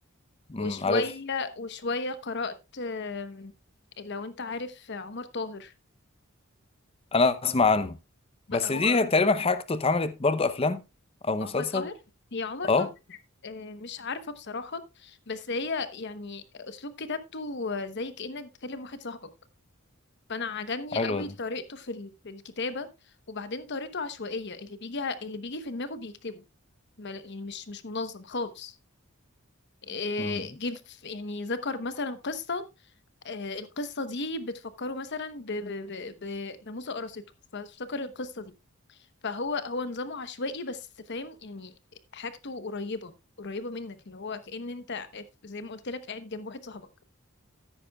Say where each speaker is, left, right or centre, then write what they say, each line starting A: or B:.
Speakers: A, on the left; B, on the left.
A: أمم،
B: وشوية
A: عارف
B: وشوية قرأت آم، لو انت عارف عمر طاهر
A: أنا أسمع عنه
B: ب-
A: بس
B: هو
A: دي تقريبا حاجته اتعملت برضو افلام او مسلسل
B: عمر طاهر هي عمر
A: اه
B: طاهر آه، مش عارفة بصراحة بس هي يعني أسلوب كتابته زي كأنك بتكلم واحد صاحبك فأنا عجبني
A: حلو
B: قوي
A: ده
B: طريقته في ال- في الكتابة وبعدين طريقته عشوائية اللي بيجي اللي بيجي في دماغه بيكتبه ما- يعني مش مش منظم خالص آه،
A: امم
B: جه في- يعني ذكر مثلا قصة آه، القصة دي بتفكره مثلا ب- ب- ب- بناموسة قرصته فافتكر القصة دي فهو هو نظامه عشوائي بس فاهم يعني حاجته قريبة قريبة منك اللي هو كأن انت زي ما قلت لك قاعد جنب واحد صاحبك